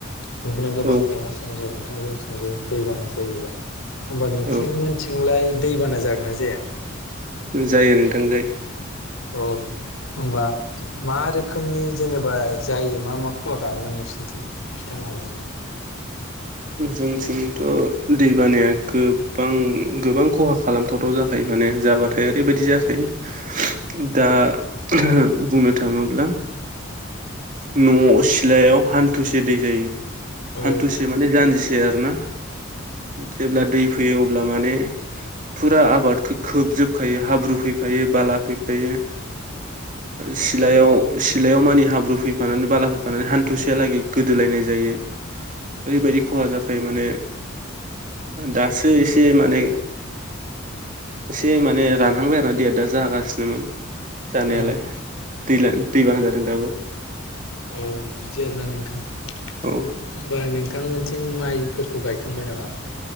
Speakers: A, on the left (about 80°); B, on the right (about 40°).
A: बिदिनो गोबां
B: औ
A: जेंनासिें ज नोंथां जथिंबो दैबाना जायोब्ला होमबा नोंसिनिथि
B: औ
A: सिथिंलाय दैबाना जागोन ना जाया
B: जायो नोंथां जायो
A: अ होमबा म आरो रोखोमनि जेनेबा जायो मा मा खुवाख मोनै फिन्थिनो खिन्थानो हागोन
B: जोंथिंथ' दै बानाया गोबां गोबां खहा खालामथावथाव जाखायो माने जाबाथाय ओरैबायदि जाखायो दा बुंनो थाङोब्ला
A: <inaudible>
B: न' सिलायाव हान्थुसे दै जायो
A: औ
B: हान्थुसे मे जानजिसै आरो ना जेब्ला
A: औ
B: दै फैयो अब्ला माने फुरा आबादखौ खोबजोबखायो हाब्रु फैफायो बाला फैफायो सिलायाव सिलायाव मानि हाब्रु फैफानानै बाला फैफानानै हान्थुसेयालागै गोदोलायनाय जायो ओरैबायदि खहा जाखायो माने दासो एसे माने एसे माने रानहांबाय आरोा दैया दा जागासिनोमोन जानायालाय
A: औ
B: दै दैबाना जादों दाबो
A: औ बिदि आरोना नोंथाङा
B: औ
A: होमबा नोंथांमोनथिं माइफोरखौ गायखांबाय नामा